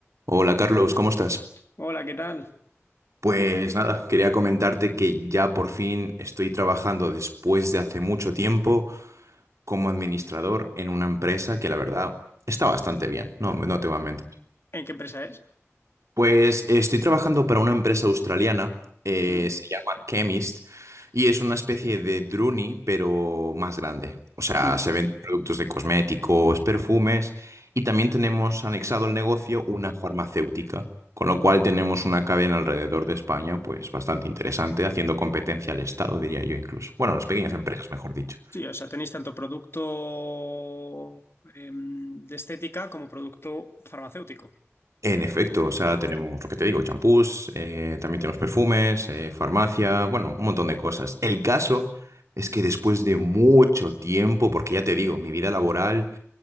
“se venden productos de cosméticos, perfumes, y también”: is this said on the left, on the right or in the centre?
Right